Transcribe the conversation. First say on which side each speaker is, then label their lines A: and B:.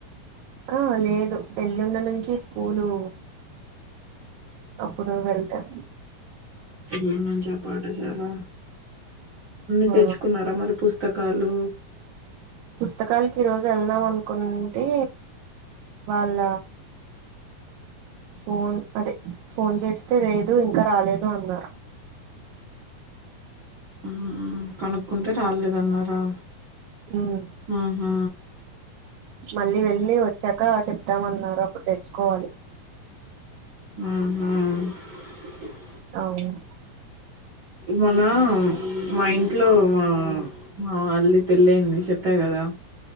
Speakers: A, on the right; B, on the right.
A: ఆ లేదు ఎల్లుండి నుంచి స్కూలు అప్పుడు వెళ్తారు
B: పిల్ల నుంచి ఆ పాట చాలా అన్ని
A: ఆ
B: తెచ్చుకున్నారా మరి పుస్త పుస్తకాలు
A: పుస్తకాలకి ఈరోజు వెళ్దాం అనుకుంటే వాళ్ళ ఫోన్ అదే ఫోన్ చేస్తే లేదు ఇంకా రాలేదు అన్నారు
B: మ్మ్ కనుక్కుంటే రాలేదన్నారా
A: ఉమ్
B: హుహ్మ్
A: మళ్ళీ వెళ్ళి వచ్చాక చెప్తామన్నారు అప్పుడు తెచ్చుకోవాలి
B: ఉహూ
A: అవునండీ
B: మన మా ఇంట్లో మా ఆ అల్లుడి పెళ్ళయింది చెప్పా కదా